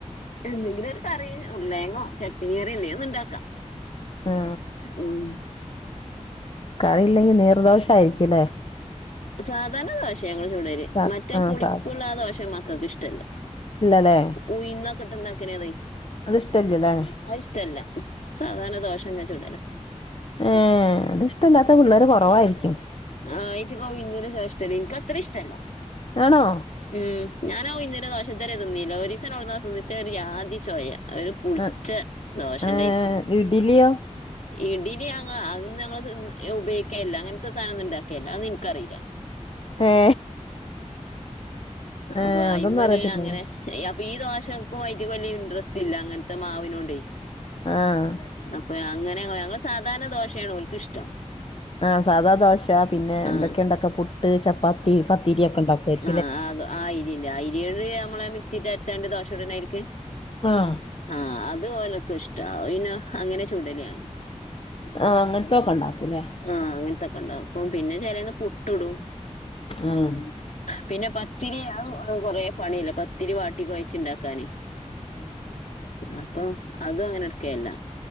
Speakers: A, on the left (about 80°); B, on the left (about 50°).
A: എന്തെങ്കിലും ഒരു കറി ഉർലേങ്ങോ ചട്ന കറിയല്ലേ ഒന്ന് ഉണ്ടാക്കാം
B: ആ
A: ഉം
B: കറിയില്ലെങ്കി നീർദോഷായിരിക്കുംല്ലേ
A: സാധാരണ ദോശയ ഞങ്ങള്ൾ ചൂടല്
B: സ
A: മറ്റേ
B: ആ
A: പുളിപ്പള്ള
B: സ
A: ആ ദോശ മക്കൾക്ക് ഇഷ്ടമല്ല
B: ഇല്ലലേ
A: ഉയിന്നൊക്കെട്ട്ണ്ടാക്കിണത്
B: അത് ഇഷ്ടല്ലല്ലേ
A: ആ ഇഷ്ടല്ല സാധാരണ ദോഷങ്ങെ ചൂടല്ലോ
B: ഏ അത് ഇഷ്ടമല്ലാത്ത പിള്ളേര് കുറവായിരിക്കും
A: ആ ഇത്ക്ക ഇന്ദൂര ശേഷഷ്ടല്ല നിനിക്ക അത്ര ഇഷ്ടല്ല
B: ആണോ
A: ഉം ഞാനാ ഉയുനിന്റ ദോഷത്തരെ തിന്നില്ല ഒരു ദിവസം എവിടെനോ തി ന്ന ഒരു ജാദിചോയ അതൊര് പുളിച്ച
B: ആ
A: ദോശന്റൊയിരിക്ക
B: ഏ ഇഡ്ലിയോ
A: ഇടിലി ഞ അത് ഞങ്ങള് ഉപയോഗിക്കുകല്ലോ അങ്ങനത്തെഥനംന്ന ഉണ്ടാക്കിയല്ലോ അതെ ഇന്ക് അറീല
B: ഏ ഏ
A: അപ്പൊ അയിമ്മന്
B: അതൊന്നും അറിയത്തില്ലല്ലേ
A: അങ്ങനെ അപ്പൊ ഈ ദോഷക്കുമായിട്ട് വലിയ ഇൻടറസ്റ്റ് ഇല്ല അങ്ങനത്തെ മാവിനോട്
B: ആഹ
A: അപ്പൊ അങ്ങനെ ഞങ്ങൾ സാധാരണ ദോശയാണ്ഓലക്ക ഇഷ്ടം
B: ആ സാദാ ദോശ ഉച്ച പിന്നെ എന്തൊക്കെയ
A: ആഹ്
B: ഉണ്ടാക്കുക പുട്ട് ചപ്പാത്തി പത്തിരിയൊക്കെ ഉണ്ടാക്കുവമായ
A: ആഅത് ആയി ഇരി അരിയോട് നമ്മെ മിക്സിട്ട് അരച്ചാണ്ട് ദോശ ഇടനയിരിക്ക്
B: ആഹ
A: ആ അത് ഓലൊക്കെ ഇഷ്ട പിന്നെ അങ്ങനെ ചൂടലിയാണ്
B: ആ അങ്ങനത്തൊക്കെ ണ്ടാക്കൂല്ലേ
A: ആഹ അങ്ങനത്തൊക്കെ ഉണ്ടാക്കും പിന്നെ ചിലന്ന് പുട്ട്ടും
B: ആഹ്
A: പിന്നെ പത്തിരി കൊറെ പണിയല്ല പത്തിരി വാട്ടി കഴച്ചുണ്ടാക്കാന്
B: <inaudible>
A: അപ്പൊ അതും അങ്ങനെ എടുക്കെല്ല.